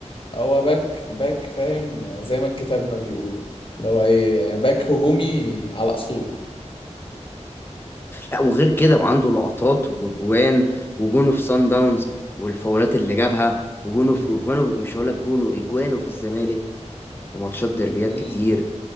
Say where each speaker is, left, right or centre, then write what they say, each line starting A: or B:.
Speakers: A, on the left; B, on the left.
A: هو باك باك فاهم زي ما الكتاب ما بيقول اللي هو ايه باك هجومي على اصوله
B: لا وغير كده وعنده لقطات وجوان وجونه في سان داونز والفاولات اللي جابها وجونه
A: مم.
B: في وجوانه مش هقول لك جونه اجوانه في الزمالك في ماتشات ديربيات
A: مم.
B: كتير